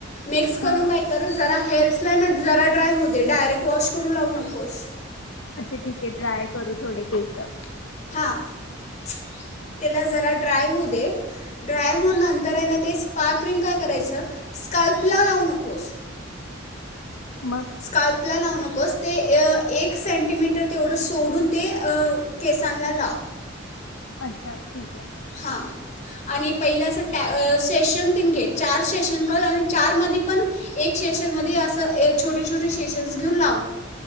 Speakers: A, on the left; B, on the left.
A: मिक्स
B: हा
A: करून काय कर जरा हेर असल्यान जरा ड्राय होऊ दे डायरेक्ट वॉश करून लावू नकोस
B: अच्छा ठीक ड्राय करू थोडे केसं.
A: हां त्याला जरा ड्राय होऊ दे ड्राय होऊन नंतर हायं ना ते स्पार्क क्रीम काय करायचं स्काल्पला लावू नकोस
B: मग?
A: स्काल्पला लावू नकोस ते अ एक सेंटीमीटर तेवढं सोडून ते अ केसांला लाव
B: अच्छा ठीक हे
A: हा आणि पहिलं अस, ट्या अ सेशन तिनं घे चार सेशन कर, न चार मधी पण एक सेशन मधी अस ए छोटे छोटे सेशन्स घेऊन लाव.